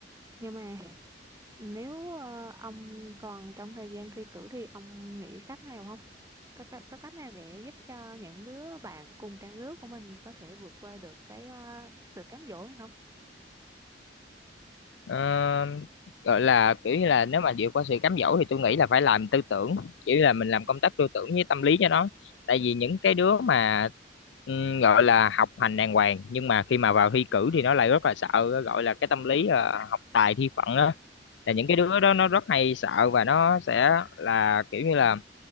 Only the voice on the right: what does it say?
nhưng mà Nếu ờ, ông còn trong thời gian thi cử thì ông nghĩ cách nào không? Có, có, có cách nào để giúp cho những đứa bạn cùng trang lứa của mình có thể vượt qua được cái ờ, sự cám dỗ này không?